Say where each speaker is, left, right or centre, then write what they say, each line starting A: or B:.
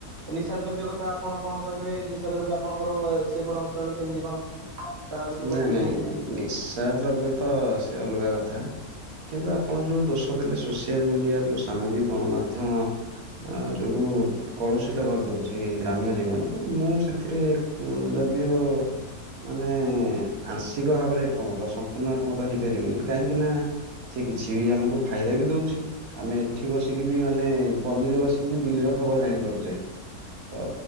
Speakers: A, on the right; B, on the right.
A: ନିଶା ଦ୍ରବ୍ୟ କଥା ଆପଣ କଣ କହିବେ ନିଶା ଦ୍ରବ୍ୟ ଆପଣଙ୍କର ସେପଟ ଅଞ୍ଚଳରେ କେମିତି କଣ? କାହାକୁ ଯୁବପିଢି
B: ନାଇଁ ନାଇଁ
A: କେମିତି
B: ନିଶା ଦ୍ରବ୍ୟ ତ ସେ ଅଲଗା କଥା କିନ୍ତୁ ଆପଣ ଯୋଉ ଦୋଷ ଦେଲେ ସୋସିଆଲ ମିଡିଆ ଯୋଉ ସାମାଜିକ ଗଣମାଧ୍ୟମ ଯୋଗୁ କଳୁଷିତ କରିଦଉଛି ଗ୍ରାମ୍ୟ ଜୀବନ ମୁଁ ସେଥିରେ ଯଦିଓ ମାନେ ଆଂଶିକ ଭାବରେ ଏକମତ ସମ୍ପୂର୍ଣ୍ଣ ଏକମତ ହେଇପାରିବିନି କାହିଁକିନା ସେ କିଛି ବି ଆମକୁ ଫାଇଦା ବି ଦଉଛି ଆମେ ଏଠି ବସିକି ବି ମାନେ ପଲ୍ଲୀରେ ବସିକି ବି ଦିଲ୍ଲୀର ଖବର ଜାଣିପାରୁଛେ ତ